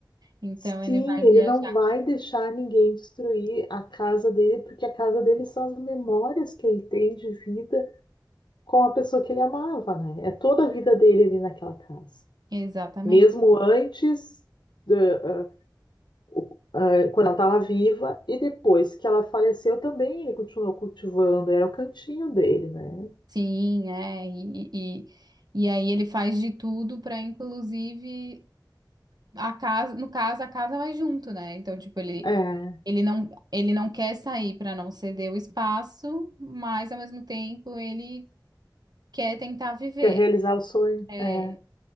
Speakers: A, on the right; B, on the left.
A: Então
B: Sim,
A: ele vai
B: ele
A: viajar.
B: não vai deixar ninguém destruir a casa dele, porque a casa dele são as memórias que ele tem de vida com a pessoa que ele amava, né? É toda a vida dele ali naquela casa.
A: Exatamente.
B: mesmo antes, da- ah, o- ah, quando ela estava viva, e depois que ela faleceu também, ele continuou cultivando, era o cantinho dele, né?
A: Sim, é. E, e, e aí ele faz de tudo para, inclusive, a casa, no caso, a casa vai junto, né? Então, tipo, ele,
B: É,
A: ele não, ele não quer sair para não ceder o espaço, mas ao mesmo tempo ele quer tentar viver.
B: quer realizar o sonho?
A: É.
B: É,